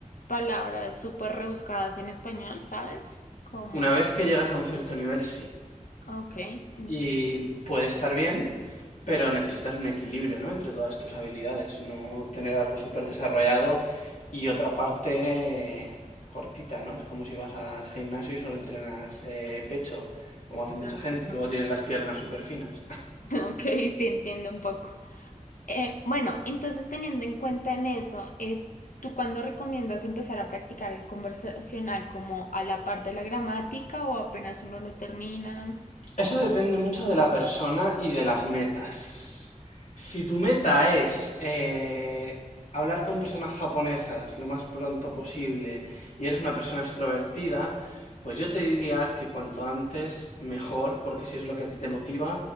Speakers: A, on the left; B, on the left.
A: palabras súper rebuscadas en español, ¿sabes? Como...
B: Una vez que llegas a un cierto nivel, sí.
A: Ok, entiendo.
B: Y puede estar bien, pero necesitas un equilibrio, ¿no? Entre todas tus habilidades, no tener algo súper desarrollado y otra parte eh, cortita, ¿no? Es como si vas al gimnasio y solo entrenas eh, pecho, como hace mucha
A: Claro,
B: gente,
A: faltan
B: y luego
A: brazos.
B: tienes las piernas súper finas.
A: <laughs> Ok, sí, entiendo un poco. Eh, bueno, entonces teniendo en cuenta en eso, eh, ¿tú cuándo recomiendas empezar a practicar el conversacional? ¿Como a la par de la gramática o apenas uno lo termina?
B: Eso depende mucho de la persona y de las metas. Si tu meta es eh, hablar con personas japonesas lo más pronto posible y eres una persona extrovertida, pues yo te diría que cuanto antes mejor, porque si es lo que a ti te motiva,